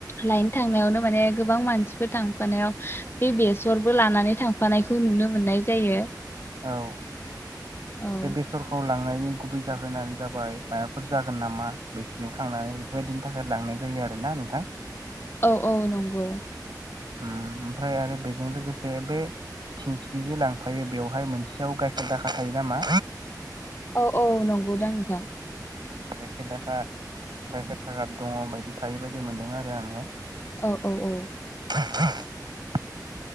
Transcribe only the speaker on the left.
लायनो थांनायावनो माने गोबां मानसिफोर थांफानायाव बे बेसरबो लानानै थांफानायखौ नुनो मोननाय जायो।
औ
औ औ नंगौ।
औ औ नंगौदां नोंथां।
औ औ औ।